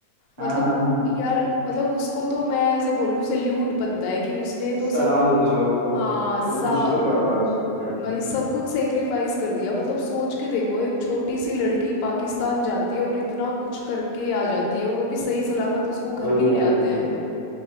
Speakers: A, on the right; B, on the left.
A: हाँ
B: मतलब
A: हाँ हाँ हाँ।
B: यार मतलब उसको तो मैं ऐसे बोलूं सल्यूट बनता है कि उसने तो
A: सलाम
B: सब
A: देता
B: कुछ
A: हूँ भाई, वो तो
B: हाँ
A: है भाई वो तो
B: सा
A: कुछ तो करा भाई उस लड़की
B: भाई
A: ने
B: सब कुछ सेक्रिफाइस कर दिया मतलब सोच के देखो एक छोटी सी लड़की पाकिस्तान जाती है और इतना कुछ करके आ जाती है और वो भी सही सलामत उसको घर
A: वही
B: भी
A: भाई
B: ले आते
A: वही
B: हैं
A: वही